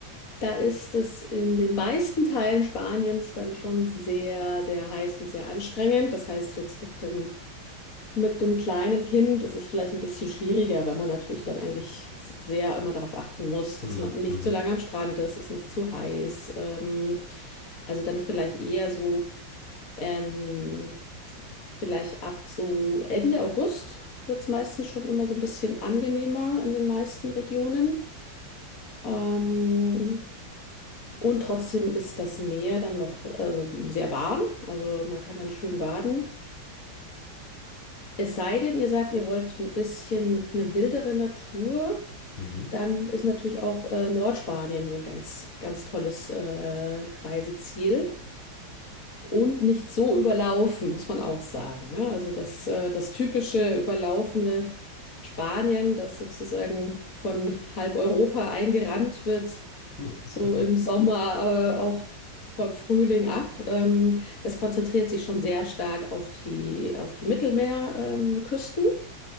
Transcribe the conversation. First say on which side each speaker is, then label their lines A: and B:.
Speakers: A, on the left (about 45°); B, on the left (about 90°).
A: Da ist es in den meisten Teilen Spaniens dann schon sehr, sehr heiß und sehr anstrengend. Das heißt, jetzt mit dem, mit dem kleinen Kind ist es vielleicht ein bisschen schwieriger, weil man natürlich dann eigentlich sehr immer darauf achten muss,
B: Mhm,
A: dass man nicht
B: mhm,
A: zu lange am Strand ist, es ist nicht zu heiß. Ähm, also dann vielleicht eher so, ähm, vielleicht ab so Ende August wird es meistens schon immer so ein bisschen angenehmer in den meisten Regionen. Ähm, und trotzdem ist das Meer dann noch ähm, sehr warm, also man kann dann schön baden. Es sei denn, ihr sagt, ihr wollt ein bisschen eine wildere Natur,
B: mhm,
A: dann ist natürlich auch äh, Nordspanien ein ganz, ganz tolles äh, Reiseziel und nicht so überlaufen, muss man auch sagen. Ja, also das, äh, das typische überlaufende Spanien, das sozusagen von halb Europa eingerannt wird,
B: <laughs>
A: so im Sommer, äh, auch von Frühling ab. Ähm, das konzentriert sich schon sehr stark auf die, auf die Mittelmeerküsten. Ähm, Küsten.